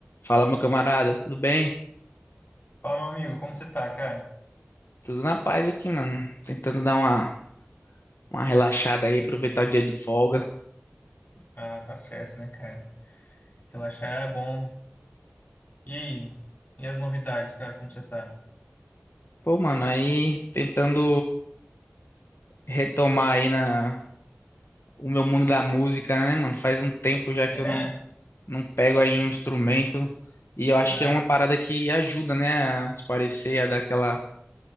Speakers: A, on the left; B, on the left.
A: Fala, meu camarada, tudo bem?
B: Fala, meu amigo, como você tá, cara?
A: Tudo na paz aqui, mano. Tentando dar uma, uma relaxada aí, aproveitar o dia de folga.
B: Ah, tá certo, né, cara? Relaxar é bom. E aí? E as novidades, cara, como você tá?
A: Pô, mano, aí tentando retomar aí na, o meu mundo da música, né, mano? Faz um tempo já que
B: É?
A: eu não, não pego aí um instrumento. E eu acho
B: Ah,
A: que é uma parada que ajuda, né, a se parecer, a dar aquela,